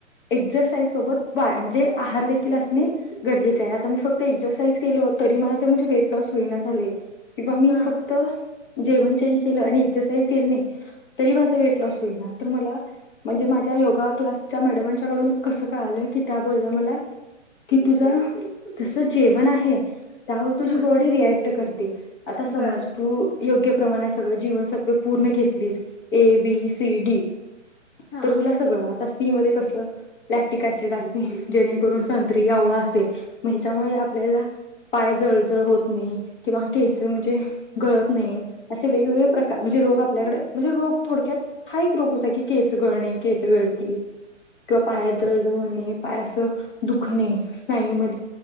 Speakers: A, on the left; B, on the left.
A: एक्झरसाइज सोबत बा म्हणजे आहार देखील असणे गरजेचे आहे आता मी फक्त एक्सरसाईज केल होत. तरी माझ म्हणजे वेट लॉस होईना झाले किंवा मी
B: हां
A: फक्त जेवण चेंज केल आणि एक्सरसाइज केली नाही तरी माझ वेट लॉस होईल ना तर मला म्हणजे, माझ्या योगा क्लासच्या मॅडमच्या कडून कस कळालं की त्या बोलल्या मला कि तुझा जस जेवण आहे. त्यावर तुझी
B: हं
A: बॉडी रिएक्ट करते आता समज
B: बर
A: तू योग्य प्रमाणात सगळं जीवनसत्व पूर्ण घेतलीस ए बी सी डी
B: हां.
A: तर तुला सगळं आ सी मध्ये कस लॅक्टिक सिड असणे जेणेकरून संत्री आवळा असेल ह्याच्यामुळे आपल्याला पाय जळजळ होत नाही किंवा केस म्हणजे गळत नाही असे वेगवेगळे प्रकार म्हणजे रोग आपल्याकडे म्हणजे रोग थोडक्यात हा एक रोग हो की केसगळणे केस गळती, किंवा पायास जळज होणे, पायास दुखणे स्नायू म